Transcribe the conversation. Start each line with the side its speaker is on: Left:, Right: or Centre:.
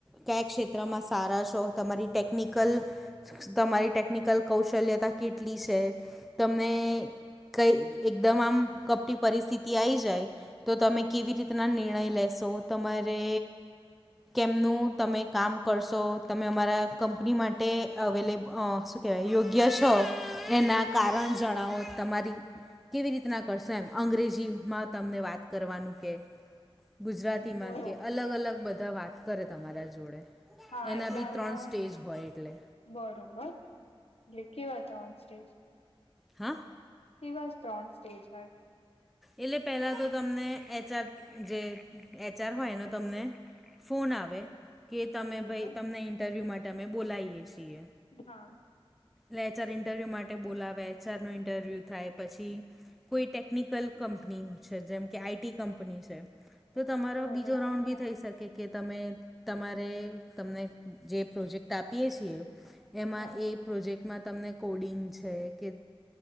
Centre: કયા ક્ષેત્રમાં સારા છો તમારી ટેકનિકલ તમારી ટેકનિકલ કૌશલ્યતા કેટલી છે તમને કઈ એકદમ આમ કપટી પરિસ્થિતિ આવી જાય તો તમે કેવી રીતના નિર્ણય લેશો તમારે કેમનું તમે કામ કરશો તમે અમારા કંપની માટે અવેલે શું કેહેવાય યોગ્ય છો એના કારણ જણાવો તમારી કેવી રીતના કરશે એમ અંગ્રેજીમાં તમને વાત કરવાનું કે ગુજરાતીમાં
Left: બરોબર
Centre: કે. અલગ અલગ બધા વાત કરે તમારા જોડે.
Left: હા
Centre: એના
Left: એટલે
Centre: બી
Left: આમાં
Centre: ત્રણ સ્ટેજ હોય એટલે
Left: બરોબર એલે કેવાતો ઓન સ્ટેજ.
Centre: હ.
Left: એવા જ ત્રણ સ્ટેજ હોય
Centre: એટલે પેલા તો તમને એચઆર જે એચઆર હોયને તમને ફોન આવે કે તમે
Left: બરોબર
Centre: ભાઈ તમને ઇન્ટરવ્યુ માટે અમે બોલાવીએ છીએ
Left: હા
Centre: લેચર ઇન્ટરવ્યૂ માટે બોલાવેચર ન ઇન્ટરવ્યૂ થાય પછી કોઈ ટેકનિકલ કંપની છે જેમ કે આઈટી કંપની છે
Left: બરોબર
Centre: જો તમારો બીજો રાઉન્ડ બી થઈ શકે કે તમે તમારે તમને જે પ્રોજેક્ટ આપીએ છીએ એમાં
Left: હા.
Centre: એ પ્રોજેક્ટમાં તમને કોડિંગ છે કે